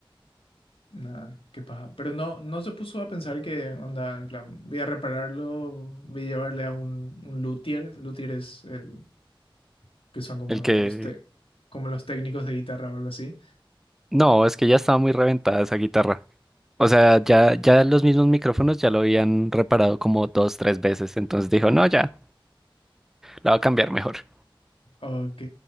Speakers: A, on the left; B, in the centre.
A: Nada, qué paja. Pero no, no se puso a pensar que, onda, en plan, voy a repararlo, voy a llevarle a un, un luthier. Luthier es el que son como
B: El que...
A: los, tec- como los técnicos de guitarra o algo así.
B: No, es que ya estaba muy reventada esa guitarra. O sea, ya, ya los mismos micrófonos ya lo habían reparado como dos, tres veces. Entonces dijo, no, ya, la va a cambiar mejor.
A: Ok.